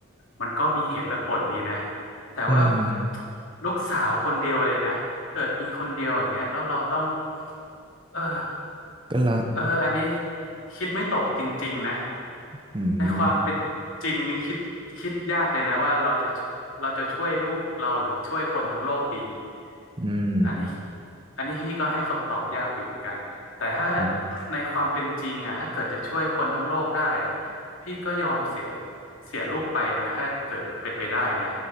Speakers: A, on the left; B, on the right.
A: มันก็มีเหตุและผลดีนะแต่ว่า
B: อืม
A: ลูกสาวคนเดียวเลยนะเกิดมีคนเดียวอย่างเงี้ยแล้วเราต้อง เออ
B: ก็แล้ว
A: เอออันนี้คิดไม่ตกจริงๆนะ
B: อืม
A: ในความเป็นจริงนี่คิดคิดยากเลยนะว่าเราจะช่วยเราจะช่วยลูกเราหรือช่วยคนทั้งโลกดีอะ
B: อืม
A: อันนี้อันนี้พี่ก็ให้คำตอบยากอยู่เหมือนกันแต่ถ้า
B: อืม
A: ในความเป็นจริงอ่ะถ้าเกิดจะช่วยคนทั้งโลกได้อ่ะพี่ก็ยอมเสียเสียลูกไปนะถ้าเกิดเป็นไปได้นะ